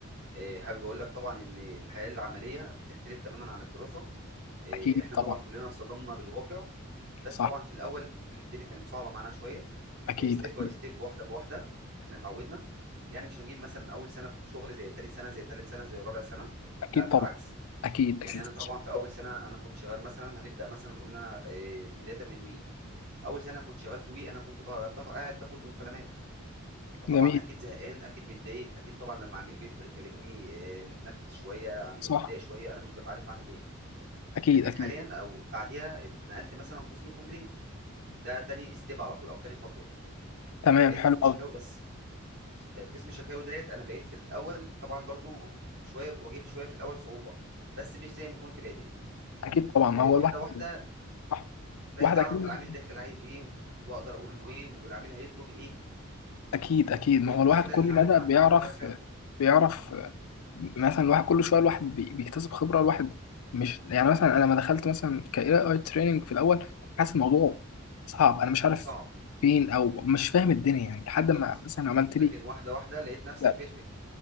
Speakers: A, on the right; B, on the left.
A: إيه، حابب اقول لك طبعا ان الحياه العمليه بتختلف تماما عن الدراسه إيه،
B: اكيد
A: احنا
B: طبعا
A: طبعا كلنا اتصدمنا بالواقع بس
B: صح
A: طبعا في الاول الدنيا كانت صعبه معانا شويه
B: اكيد
A: ستيب
B: اكيد
A: باي ستيب واحده بواحده احنا اتعودنا يعني مش هنجيب مثلا اول سنه شغل زي تاني سنه زي تالت سنه زي رابع سنه
B: اكيد
A: لا بالعكس
B: طبعا اكيد
A: يعني
B: اكيد
A: انا طبعا في اول سنه انا كنت شغال مثلا هنبدا مثلا نقول إن انا إيه، بدايه من وي اول سنه كنت شغال في وي انا كنت باخد قاعد باخد بمكالمات فطبعًا
B: جميل
A: أكيد زهقان، أكيد متضايق، أكيد طبعًا لمّا عميل بيدخل يكلمني آآ، متنرفز شوية، عميل
B: صح
A: متضايق شوية، أنا مش بابقى عارف أعمل إيه.
B: اكيد
A: لكن
B: اكيد
A: حاليًا أو بعديها اتنقلت مثلًا قسم complain ده تاني step على طول أو تاني خطوة،
B: تمام
A: بقيت قسم
B: حلو
A: شكاوي
B: قوي
A: بس. طيب قسم شكاوي ديّة أنا بقيت في الأول طبعًا برضه شوية واجهت شوية في الأول صعوبة، بس مش زي ما كنت بادئ.
B: اكيد طبعا ما
A: آآ،
B: هو
A: واحدة،
B: الواحد
A: واحدة
B: صح
A: بقيت
B: واحد
A: أعرف
B: اكيد
A: العميل داخل عايز إيه، و- وأقدر أقول له إيه، والعميل هيطلب إيه،
B: اكيد اكيد ما
A: وإيه
B: هو
A: المشكلة
B: الواحد كل
A: اللي عند
B: مدى
A: العميل
B: بيعرف
A: وهكذا.
B: بيعرف مثلا الواحد كل شويه الواحد بي- بيكتسب خبره الواحد مش يعني مثلا انا لما دخلت مثلا ك إيه اي تريننج في الاول كنت حاسس الموضوع صعب انا مش عارف
A: صعب.
B: فين او مش فاهم الدنيا يعني لحد
A: بالظبط
B: ما مثلا عملت
A: لكن
B: لي
A: واحدة واحدة لقيت نفسك
B: لا،
A: بيرفكت